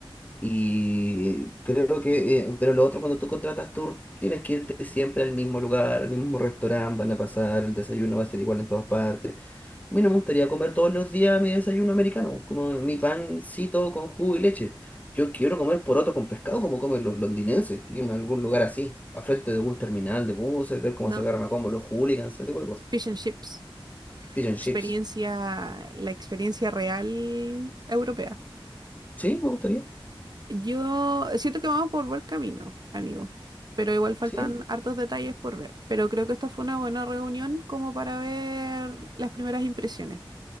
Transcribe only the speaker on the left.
Y creo que, eh, pero lo otro, cuando tú contratas tour, tienes que irte siempre al mismo lugar, al mismo restaurante, van a pasar, el desayuno va a ser igual en todas partes. A mí no me gustaría comer todos los días mi desayuno americano, como mi pancito con jugo y leche. Yo quiero comer poroto con pescado como comen los londinenses, irme a algún lugar así, a frente de algún terminal de buses, ver cómo
se agarran a combo los hooligans, ese tipo de cosas.
Fish and
chips.
Sí, me gustaría.
Sí,